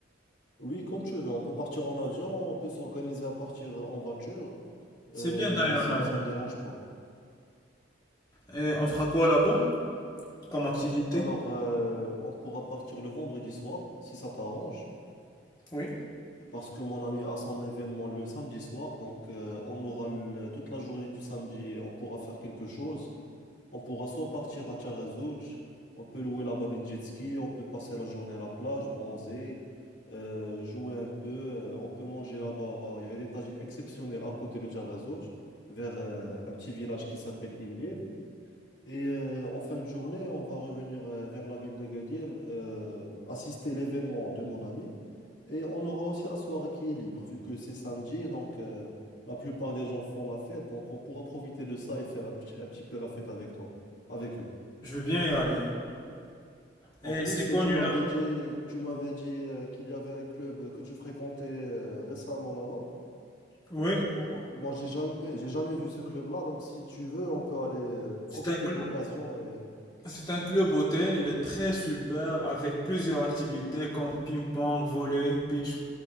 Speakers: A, on the left; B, on the left.
A: Oui, comme tu veux, on peut partir en avion, on peut s'organiser à partir en voiture,
B: C'est
A: euh,
B: bien d'aller en
A: ça,
B: avion.
A: ça me dérange pas.
B: Et on fera quoi là-bas comme activité?
A: Alors, euh, on pourra partir le vendredi soir, si ça t'arrange,
B: Oui.
A: parce que mon ami a son événement le samedi soir, donc euh, on aura le- toute la journée du samedi, on pourra faire quelque chose. On pourra soit partir à Taghazout, on peut louer là-bas des jet skis, on peut passer la journée à la plage, bronzer, euh, jouer un peu, euh, on peut manger là-bas. Il y a des tagines exceptionnelles à côté de Taghazout, vers euh, un petit village qui s'appelle Imlil. Et euh, en fin de journée, on va revenir euh, vers la ville d'Agadir, euh, assister à l'événement de mon ami. Et on aura aussi la soirée qui est libre, vu que c'est samedi, et donc euh, la plupart des gens font la fête. Donc on pourra profiter de ça et faire un petit, un petit peu la fête avec toi, avec eux.
B: Je veux bien y aller.
A: En
B: Et
A: plus,
B: c'est connu
A: tu m'avais
B: là-bas.
A: dit, tu m'avais dit euh, qu'il y avait un club que tu fréquentais euh, récemment là-bas.
B: Oui.
A: On peut- on- moi, j'ai jamais, j'ai jamais vu ce club-là, donc si tu veux, on peut aller euh,
B: C'est
A: profiter
B: un club,
A: de l'occasion et...
B: c'est un club hôtel. Il est très super avec plusieurs activités comme ping-pong, volley, beach,